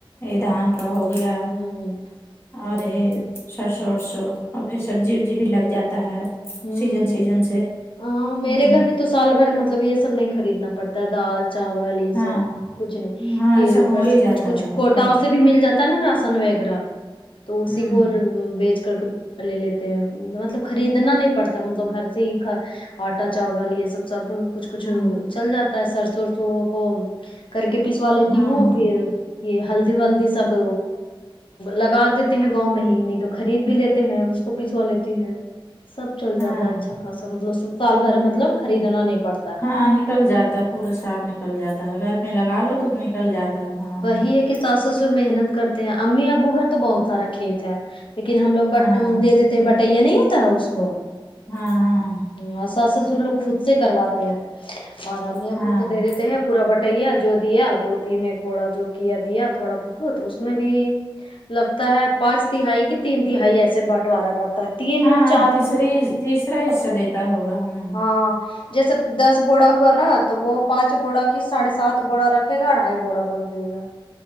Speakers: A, on the left; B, on the left.
A: یہ دھان کا ہو گیا
B: ہوں ہوں
A: اوے یہ شور شور ااور پھر سبزی وبزی بھی لگ جاتا ہے
B: ہوں
A: سیزن سیزن سے ہوں
B: ہ میرے گھر بھی تو سال بھر مطلب یہ سب نہیں خریدنا پڑتا ہے دال چاول یہ
A: ہاں
B: سب کچھ نہیں
A: ہاں
B: پھر
A: یہ سب
B: اوپر
A: ہو ہی
B: سے
A: جاتا
B: کچھ کچھ
A: ہے تھوڑا
B: کوٹا سے بھی مل جاتا نا راسن وغیرہ تو اسی
A: ہوں
B: کو بیچ کر کے لے لیتے ہیں مطلب خریدنا نہیں پڑتا مطلب گھر سے ہی کھا آٹا چاول یہ سب سب کچھ کچھ
A: ہوں
B: چل جاتا ہے سرسو ورسو کو کر کے پیسوا لیتی
A: ہاں
B: ہوں پھر یہ ہلدی ولدی سب لگا دیتے ہیں گاؤں میں ہی نہیں تو خرید بھی لیتے ہیں اس کو پیسوا لیتے ہیں سب چل جاتا
A: ہاں
B: ہے اچھا خاصہ مطلب سال بھر مطلب خریدنا نہیں پڑ
A: ہاں نکل جاتا پورا سال نکل جاتا ہے گھر میں لگا لو تو نکل جاتا ہے تھوڑا ہاں
B: یہی ہے کہ ساس سسر محنت کرتے ہیں امی ابو گھر تو بہت سارا کھیت ہے لیکن ہم لو بٹ
A: ہاں
B: دے دیتے ہیں بٹیا نہیں ہوتا ہے اس کو
A: ہاں ہاں
B: ہوں ساس سسر لوگ خود سے کرواتے ہیں اور امی ابو
A: ہاں
B: تو دے دیتے ہیں پورا بٹیا جو دیا دو تین ایک بوڑا جو کیا دیا تھوڑا بہت اس میں بھی لگتا ہے پانچ تہائی کہ تین تہائی ایسے بانٹوارا کرتا ہے تین
A: ہاں
B: چار
A: تیسری تیسرا حصہ دیتا ہوگا ہم
B: ہاں جیسے دس بوڑا ہوا نا تو وہ پانچ بوڑا کی ساڑھے س سات بوڑا رکھے گا اڑھائی بوڑا بس دے گا